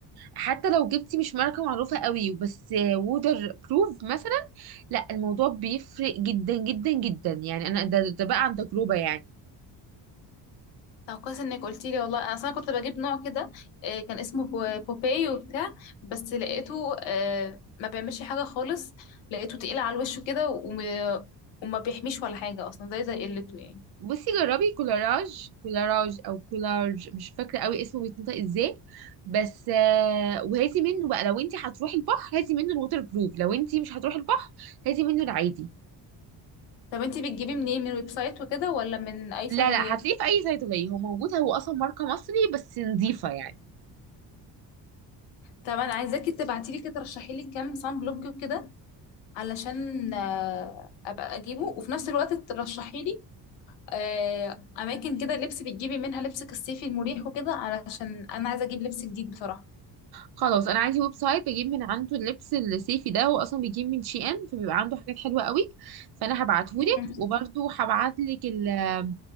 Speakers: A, on the right; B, on the left.
A: حتى لو جبتي مش ماركة معروفة قوي بس وودر بروف مثلا لا الموضوع بيفرق جدا جدا جدا يعني انا ده, ده بقى عن تجربة يعني
B: طب كويس انك قلتي لي والله انا اصلا كنت بجيب نوع كده آه، كان اسمه بو- بوباي وبتاع بس لقيته آه، ما بيعملش حاجه خالص لقيته تقيل على الوش كده وم... وما بيحميش ولا حاجه اصلا زي زي قلته يعني
A: بصي جربي كولاراج كولاراج او كولارج مش فاكرة قوي اسمه بيتنطق ازاي بس آه، وهاتي منه بقى لو انت هتروحي البحر هاتي منه الووتر بروف لو انت مش هتروحي البحر هاتي منه العادي
B: طب انتي بتجيبيه منين من ويب سايت وكده ولا من اي
A: لا
B: صيدليه
A: لا هتلاقيه في اي صيدلية هو موجود هو اصلا ماركة مصري بس نظيفة يعني
B: طب انا عايزاكي تبعتي لي كده ترشحي لي كام صن بلوك وكده علشان آه، ابقى اجيبه وفي نفس الوقت ترشحي لي آه، اماكن كده لبس بتجيبي منها لبسك الصيفي المريح وكده علشان انا عايزه اجيب لبس جديد بصراحه
A: خلاص انا عندي ويب سايت بجيب من عنده اللبس الصيفي ده هو اصلا بيجيب من شي ان فبيبقى عنده حاجات حلوه قوي فانا هبعتهولك
B: مم.
A: وبرده هبعتلك ال- آه،